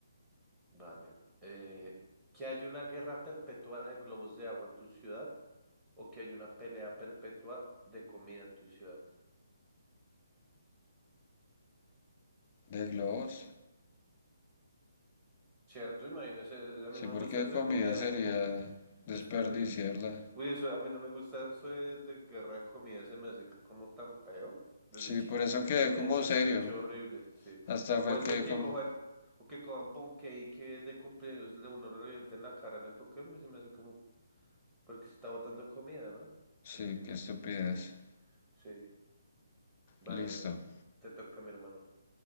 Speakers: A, on the right; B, on the left.
A: vale. Eh, ¿que hay una guerra perpetua de globos de agua en tu ciudad o que hay una pelea perpetua de comida en tu ciudad?
B: ¿De globos?
A: Cierto, imagínese, a mí
B: Sí,
A: no me
B: porque
A: gusta eso
B: comida
A: de comida.
B: sería
A: ju- Desperdicio.
B: desperdiciarla.
A: Uy, eso a mí no me gusta eso de, de guerra de comida, se me hace como tan feo. Desde
B: Sí,
A: chiquito
B: por eso
A: siempre
B: quedé
A: me
B: como
A: ha hecho,
B: serio.
A: se me ha hecho horrible, sí.
B: Hasta fue
A: O eso
B: que
A: de que
B: como...
A: cojan, o que cojan ponqué y que de cumpleaños le uno le revienten la cara en el Pokémon, se me hace como, porque está botando comida, ¿no? Como
B: Sí,
A: que
B: qué estupidez.
A: innecesario. Sí, vale,
B: Listo.
A: te toca mi hermano.